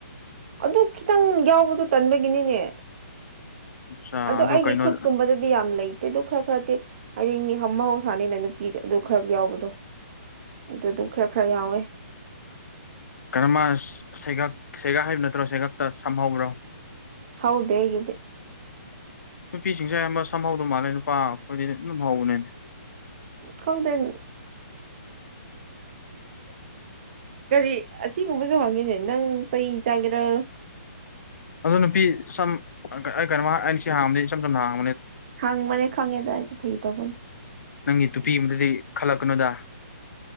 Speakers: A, on the right; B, on the left.
A: ꯑꯗꯨ ꯈꯤꯇꯪ ꯌꯥꯎꯕꯗꯣ ꯇꯟꯕꯒꯤꯅꯤꯅꯦ
B: ꯑꯠꯆꯥ
A: ꯑꯗꯨ ꯑꯩꯒꯤ
B: ꯀꯩꯅꯣ
A: ꯈꯨꯠꯀꯨꯝꯕꯗꯗꯤ ꯌꯥꯝ ꯂꯩꯇꯦ ꯑꯗꯨ ꯈꯔ ꯈꯔꯗꯤ ꯍꯥꯏꯗꯤ ꯃꯤ ꯊꯅꯤꯅ ꯅꯨꯄꯤ ꯑꯗꯨ ꯈꯔ ꯌꯥꯎꯕꯗꯣ ꯑꯗꯨ ꯑꯗꯨꯝ ꯈꯔ ꯈꯔ ꯌꯥꯎꯋꯦ
B: ꯀꯔꯝꯕ ꯁꯩꯒ ꯁꯩꯒꯛ ꯍꯥꯏꯕ ꯅꯠꯇ꯭ꯔꯣ ꯁꯩꯒꯛꯇ ꯁꯝꯍꯧꯕ꯭ꯔꯣ
A: ꯍꯥꯎꯗ ꯍꯦꯒꯗꯤ
B: ꯅꯨꯄꯤꯁꯤꯡꯁꯦ ꯑꯌꯥꯝꯕ ꯁꯝꯍꯧꯗꯧ ꯃꯥꯜꯂꯦ ꯅꯨꯄꯥ ꯑꯩꯈꯣꯏꯗꯤ ꯂꯝꯍꯧꯕꯅꯦꯅꯦ
A: ꯈꯥꯎꯗꯅꯤ ꯀꯔꯤ ꯑꯁꯤꯒꯨꯝꯕꯁꯨ ꯍꯪꯉꯤꯅꯦ ꯅꯪ ꯆꯩ ꯆꯥꯒꯦꯔ
B: ꯑꯗꯣ ꯅꯨꯄꯤ ꯁꯝ ꯑꯩ ꯀꯩꯅꯣ ꯑꯩꯅ ꯁꯤ ꯍꯥꯡꯕꯗꯤ ꯏꯁꯝ ꯁꯝꯅ ꯍꯥꯡ
A: ꯈꯪ ꯃꯅꯦ ꯈꯪꯉꯦ ꯇꯥꯏꯖ ꯐꯩ ꯇꯅꯤ
B: ꯅꯪꯒꯤ ꯇꯨꯄꯤ ꯑꯃꯗꯗꯤ ꯈꯜꯂꯛꯀꯅꯨꯗ